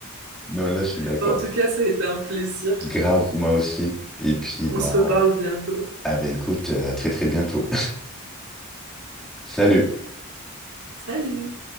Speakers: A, in the centre; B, on the right.
A: Non, là, je suis d'accord.
B: Enfin, en tout cas, ça a été un plaisir.
A: Grave, moi aussi. Et puis,
B: On
A: bah,
B: se reparle bientôt.
A: ah bah écoute, euh, à très, très bientôt. <laughs> Salut.
B: Salut!